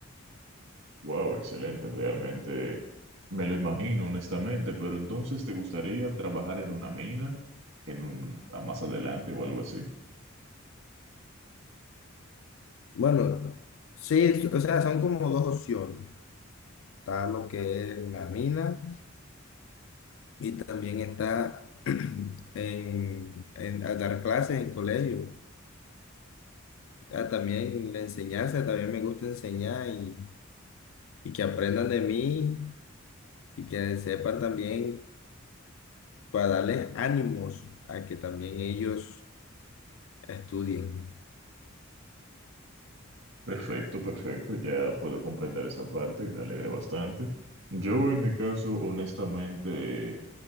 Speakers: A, on the right; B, on the left.
A: Wow, excelente, realmente me lo imagino, honestamente, pero entonces ¿te gustaría trabajar en una mina, en un, a más adelante o algo así?
B: Bueno, sí, o sea, son como dos opciones. está lo que es la mina y también está <clears throat> en, en- a dar clases en colegio. Ah, también la enseñanza, también me gusta enseñar y, y que aprendan de mí y que sepan también para darles ánimos a que también ellos estudien.
A: Perfecto, perfecto, ya puedo comprender esa parte, me alegra bastante. Yo en mi caso, honestamente,